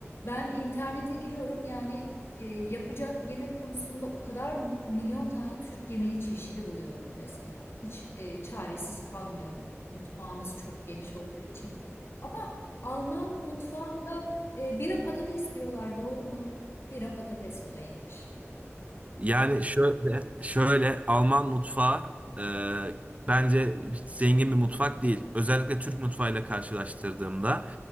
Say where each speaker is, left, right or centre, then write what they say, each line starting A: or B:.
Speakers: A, on the left; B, on the right.
A: Ben internete giriyorum. Yani e, yapacak yemek konusunda o kadar milyon tane Türk yemeği çeşidi buluyorum mesela. Hiç e, çaresiz kalmıyorum. Mutfağımız çok geniş olduğu için. Ama Alman mutfağında e, bira patates diyorlar, doğru mu? Bira patates olayıymış.
B: Yani şöyle, şöyle Alman mutfağı e, bence hiç zengin bir mutfak değil. Özellikle Türk mutfağıyla karşılaştırdığımda